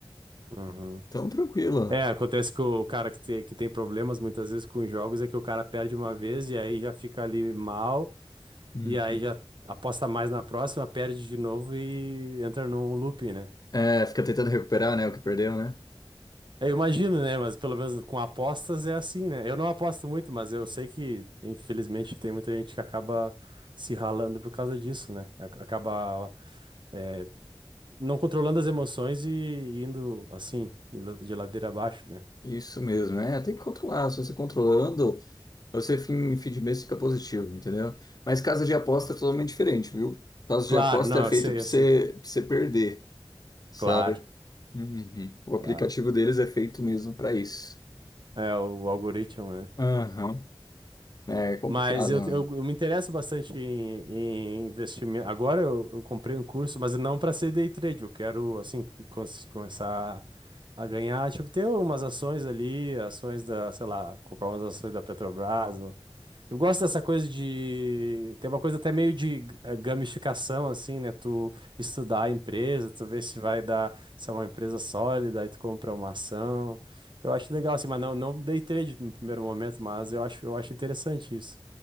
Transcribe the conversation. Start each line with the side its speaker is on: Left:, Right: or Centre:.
Right: Uhum.
Left: Então, tranquilo.
Right: É, acontece que o cara que tem, que tem problemas muitas vezes com jogos é que o cara perde uma vez e aí já fica ali mal,
Left: Uhum.
Right: e aí já aposta mais na próxima, perde de novo e entra num looping, né?
Left: É, fica tentando recuperar, né, o que perdeu, né?
Right: Eu imagino, né? Mas pelo menos com apostas é assim, né? Eu não aposto muito, mas eu sei que, infelizmente, tem muita gente que acaba se ralando por causa disso, né? Ac- Acaba, é, não controlando as emoções e indo assim, de la- de ladeira abaixo, né?
Left: Isso mesmo, é, tem que controlar. Se você controlando, você fim, fim de mês fica positivo, entendeu? Mas casa de aposta é totalmente diferente, viu? Casa
Right: Claro,
Left: de aposta
Right: não,
Left: é feita
Right: eu sei,
Left: pra
Right: eu
Left: você,
Right: sei.
Left: pra você perder, sabe?
Right: Claro,
Left: Uhum. O
Right: claro.
Left: aplicativo deles é feito mesmo pra isso.
Right: É, o algoritmo, né?
Left: Aham. É complicado,
Right: Mas eu,
Left: mano.
Right: eu, eu me interesso bastante em, em investimento. Agora eu, eu comprei um curso, mas não para ser day trade. Eu quero, assim, que cons- começar a ganhar, tipo, ter umas ações ali, ações da, sei lá, comprar umas ações da Petrobras, eu gosto dessa coisa de. Tem uma coisa até meio de eh, gamificação, assim, né? Tu estudar a empresa, tu ver se vai dar, se é uma empresa sólida, aí tu compra uma ação. Eu acho legal, assim, mas não, não dei trade no primeiro momento, mas eu acho, eu acho interessante isso.